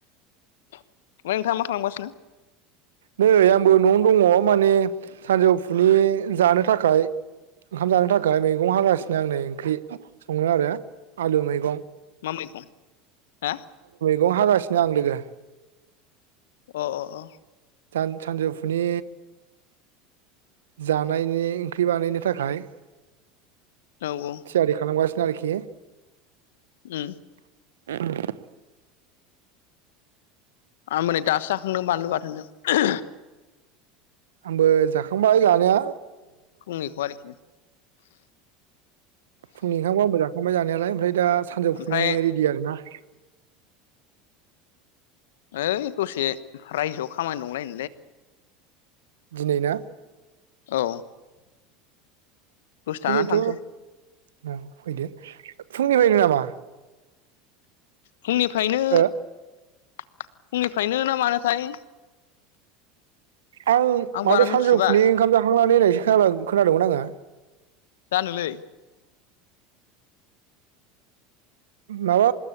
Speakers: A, on the left; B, on the right.
A: ओमफाय नोंथाङा मा खालामगासिनो
B: नै आंबो नवावनो दङ माने सानजौफुनि जानो थाखाय ओंखाम जानो थाखाय मैगं हागासिनो आं नै ओंख्रि सङो आरो आलु मैगं
A: मा मैगं हा
B: गं हागासिनो आं लोगो
A: अ अ अ
B: सान सानजौफुनि जानायनि ओंख्रि बानायनो थाखाय
A: औ औ
B: थियारि खालामगासि गारोखि
A: उम
B: <inaudible>
A: आमबोनै दासो खंदों बानलु बाथोनजों <inaudible>
B: आंबो जाखांबाय जानाया
A: फुंनिखौ आरोखि
B: फुंनिओंखामखौ आवबो जा खांबाय जानायालाय ओमफ्राय दा सानजौफुनि
A: ओमफ्राय
B: रिदि आरो ना। <inaudible>
A: ओइ दसे रायजोआव खामानि दंलायन
B: दिनै ना?
A: औ दसे थानानै
B: दिनैथ
A: थांसै
B: ना फैदो फुंनिफायनो नामा?
A: फुंनिफ्रायनो
B: ओ
A: फुंनिफ्रायनो ना मानोथाय
B: आं माथो
A: बारा
B: सानजौ
A: मिथिजोबा
B: फुनिओंखाम जाखांनान नायनायसो खोनादों खोनादोंमोन आङो।
A: जानोलै
B: माबा